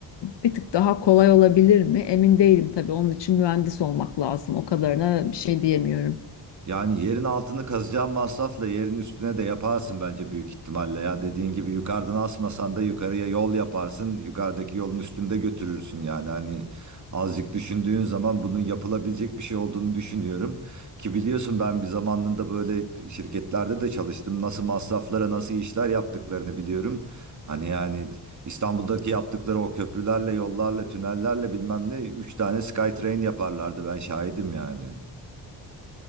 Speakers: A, on the left; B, on the right.
A: bir tık daha kolay olabilir mi? Emin değilim tabii. Onun için mühendis olmak lazım. O kadarına bir şey diyemiyorum.
B: Yani yerin altını kazacağın masrafla yerin üstüne de yaparsın bence büyük ihtimalle ya. Dediğin gibi yukarıdan asmasan da yukarıya yol yaparsın. Yukarıdaki yolun üstünde götürürsün yani hani azıcık düşündüğün zaman bunun yapılabilecek bir şey olduğunu düşünüyorum. Ki biliyorsun ben bir zamanında böyle şirketlerde de çalıştım. Nasıl masraflara nasıl işler yaptıklarını biliyorum. Hani yani İstanbul'daki yaptıkları o köprülerle, yollarla, tünellerle bilmem ne 3 tane SkyTrain yaparlardı ben şahidim yani.